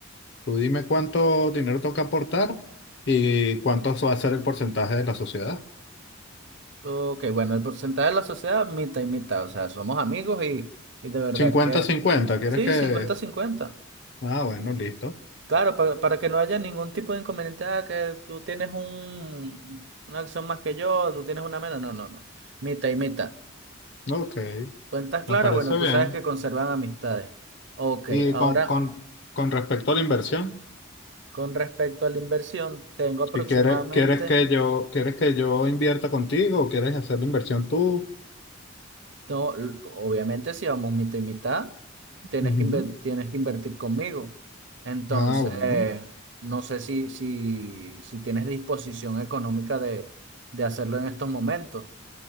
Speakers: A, on the left; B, on the right.
A: Tú dime cuánto dinero tengo que aportar y cuánto va a ser el porcentaje de la sociedad.
B: Ok, bueno, el porcentaje de la sociedad, mitad y mitad, o sea, somos amigos y, y de verdad
A: Cincuenta-cincuenta,
B: que
A: ¿quieres
B: sí,
A: que...?
B: cincuenta-cincuenta,
A: Ah, bueno, listo.
B: Claro, para, para que no haya ningún tipo de inconveniente, ah, que tú tienes un, una acción más que yo, tú tienes una menos, no, no, no, mitad y mitad.
A: Ok,
B: Cuentas claras,
A: me parece
B: bueno, tú
A: bien.
B: sabes que conservan amistades. Ok,
A: ¿Y
B: ahora
A: con, con, con respecto a la inversión?
B: con respecto a la inversión, tengo aproximadamente
A: Si quieres, quieres que yo, quieres que yo invierta contigo o quieres hacer la inversión tú.
B: No, l- obviamente si vamos mitad y mitad, tienes
A: Ujú.
B: que, inver- tienes que invertir conmigo. Entonces,
A: Ah, bueno.
B: no sé si, si, si tienes disposición económica de, de hacerlo en estos momentos.